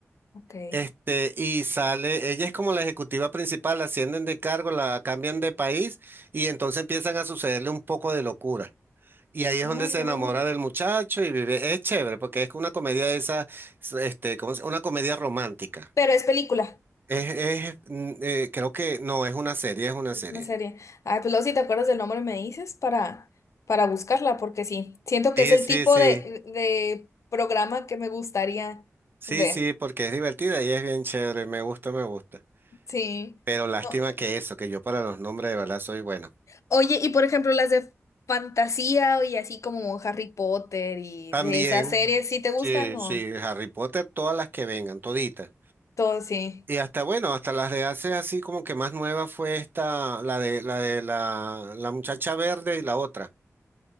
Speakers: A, on the left; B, on the right.
A: ok.
B: Este, y sale, ella es como la ejecutiva principal, la ascienden de cargo, la cambian de país y entonces empiezan a sucederle un poco de locura. Y ahí es
A: Ay,
B: donde se
A: no.
B: enamora del muchacho y vive. Es chévere porque es una comedia de esa, este, ¿cómo se- Una comedia romántica.
A: Pero es película.
B: Es, es, mm, eh, creo que, no, es una serie, es una
A: Es
B: serie.
A: una serie. Ay, pues luego si te acuerdas del nombre me dices para, para buscarla, porque sí, siento que
B: Sí,
A: es el
B: sí,
A: tipo
B: sí.
A: de, de programa que me gustaría
B: Sí,
A: ver.
B: sí, porque es divertida y es bien chévere, me gusta, me gusta.
A: Sí.
B: Pero lástima
A: No.
B: que eso, que yo para los nombres de verdad soy bueno.
A: Oye, y por ejemplo, las de fantasía y así como Harry Potter y
B: También,
A: de esas series, ¿sí te gustan
B: sí,
A: o?
B: sí, Harry Potter, todas las que vengan, toditas.
A: Todo sí.
B: Y hasta, bueno, hasta las de hace así como que más nueva fue esta, la de la de la, la muchacha verde y la otra.